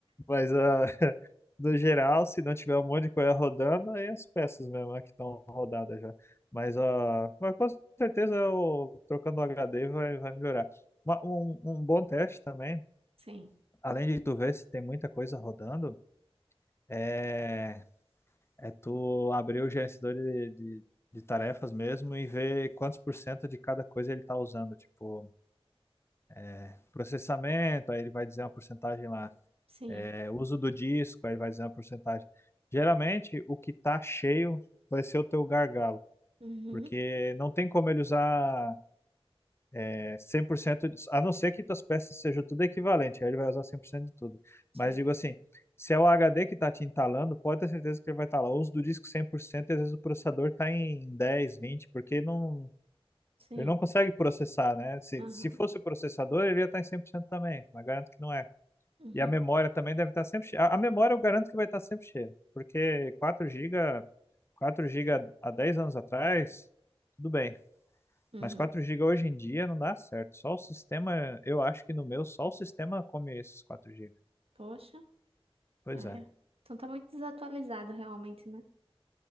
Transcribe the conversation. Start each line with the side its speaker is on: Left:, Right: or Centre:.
Left: Mas ah, no geral, se não tiver um monte de coisa rodando, aí é as peças mesmo, né, que estão rodadas já. Mas, ah, mas com certeza o trocando o HD vai, vai melhorar. Uma- um, um bom teste também
Right: Sim,
Left: Além de tu ver se tem muita coisa rodando, é, é tu abrir o gerenciador de, de, de tarefas mesmo e ver quantos por cento de cada coisa ele está usando. Tipo, é, processamento, aí ele vai dizer uma porcentagem lá.
Right: sim.
Left: É, uso do disco, aí ele vai dizer uma porcentagem. Geralmente, o que tá cheio vai ser o teu gargalo,
Right: Uhum,
Left: porque não tem como ele usar É 100%, de- a não ser que tuas peças sejam tudo equivalente, aí ele vai usar 100% de tudo.
Right: sei,
Left: Mas digo assim, se é o HD que está te entalando, pode ter certeza que ele vai estar lá. Ou os do disco 100% e às vezes o processador está em 10 20 porque não,
Right: sim.
Left: ele não consegue processar, né? Se,
Right: Aham,
Left: se fosse o processador, ele ia estar em 100% também, mas garanto que não é.
Right: uhum,
Left: E a memória também deve estar sempre cheia. A, a memória eu garanto que vai estar sempre cheia, porque 4 gigas 4 gigas há 10 anos atrás, tudo bem.
Right: uhum.
Left: Mas 4 gigas hoje em dia não dá certo. Só o sistema, eu acho que no meu, só o sistema come esses quatro gigas
Right: Poxa.
Left: Pois
Right: É.
Left: é.
Right: Então tá muito desatualizado realmente, né?